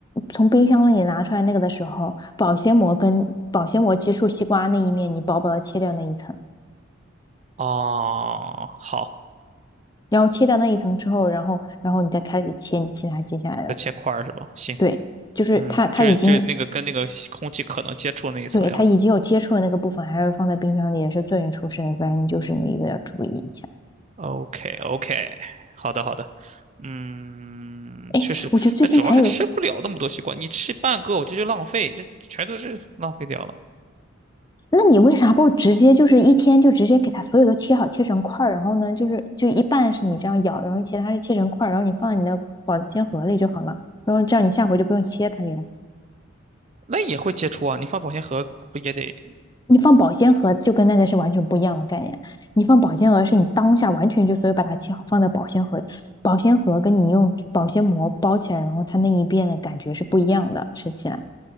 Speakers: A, on the left; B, on the right.
A: 从冰箱里拿出来那个的时候，保鲜膜跟保鲜膜接触西瓜那一面，你薄薄的切掉那一层。
B: 哦，好，
A: 然后切掉那一层之后，然后然后你再开始切你其他接下来的。
B: 要切块儿是吧？行，
A: 对，就是它它已经
B: 嗯，就是就是那个跟那个空气可能接触那一层要
A: 对它已经有接触的那个部分，还是放在冰箱里也是最容易出事的，反正你就是那一个要注意一下。
B: OK OK，好的好的。嗯，
A: 哎，
B: 确实，
A: 我觉得最近还有，
B: 但主要是吃不了那么多西瓜，你吃半个我觉得就浪费，这全都是浪费掉了。
A: 那你为啥不直接就是一天就直接给它所有都切好，切成块儿，然后呢就是就一半是你这样咬，然后其他是切成块儿，然后你放在你的保鲜盒里就好了，然后这样你下回就不用切它了呀。
B: 那也会接触啊，你放保鲜盒不也得？
A: 你放保鲜盒就跟那个是完全不一样的概念。你放保鲜盒是你当下完全就所以把它切好放在保鲜盒，保鲜盒跟你用保鲜膜包起来，然后它那一遍的感觉是不一样的，吃起来。